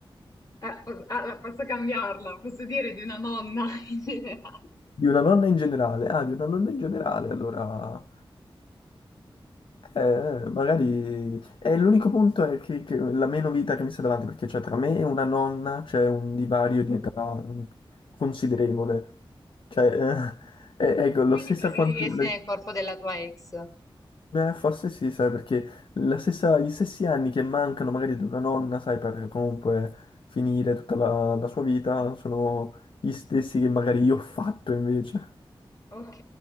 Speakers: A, on the left (about 35°); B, on the left (about 60°).
A: Eh, po- allora, posso cambiarla, posso dire di una nonna <laughs> in generale.
B: Di una nonna in generale, ah, di una nonna in generale, allora... Eh, magari è l'unico punto è che, che la meno vita che mi sta davanti, perché cioè, tra me e una nonna c'è un divario di età mh, considerevole. Cioè, <laughs> eh, eh, ecco, la
A: Quindi
B: stessa
A: preferiresti
B: quantità,
A: nel corpo della tua ex?
B: forse sì, sai, perché la stessa, gli stessi anni che mancano magari ad una nonna, sai, per comunque finire tutta la, la sua vita, sono gli stessi che magari io ho fatto invece.
A: Ok,